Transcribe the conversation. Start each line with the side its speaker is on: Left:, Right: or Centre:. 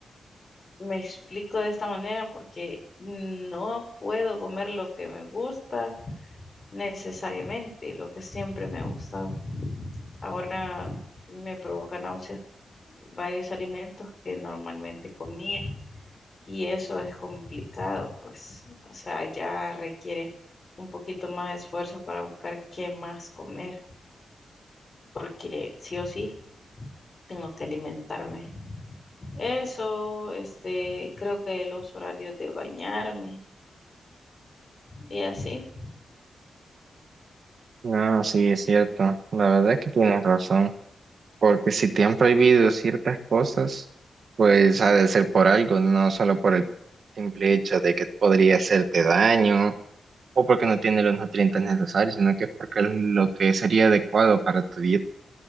Left: me explico de esta manera porque no puedo comer lo que me gusta necesariamente, lo que siempre me ha gustado. Ahora me provoca náuseas varios alimentos que normalmente comía. y eso es complicado, pues, o sea, ya requiere un poquito más de esfuerzo para buscar qué más comer, porque sí o sí tengo que alimentarme. Eso, este, creo que los horarios de bañarme y así.
Right: No, sí, es cierto. La verdad es que tienes razón. Porque si te han prohibido ciertas cosas, pues ha de ser por algo, no solo por el simple hecho de que podría hacerte daño o porque no tiene los nutrientes necesarios, sino que es porque es lo que sería adecuado para tu dieta.